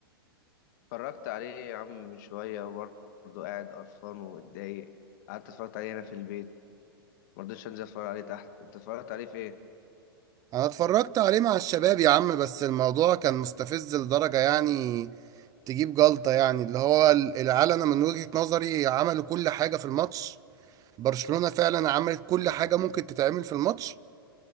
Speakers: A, on the left; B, on the right.
A: اتفرجت عليه يا عم من شويه وبرضه قاعد قرفان ومتضايق قعدت اتفرجت عليه هنا في البيت ما رضيتش انزل اتفرج عليه تحت انت اتفرجت عليه فين
B: انا اتفرجت عليه مع الشباب يا عم بس الموضوع كان مستفز لدرجة يعني تجيب جلطة يعني اللي هو ال- العيال انا من وجهة نظري عملوا كل حاجة في الماتش برشلونة فعلا عملت كل حاجة ممكن تتعمل في الماتش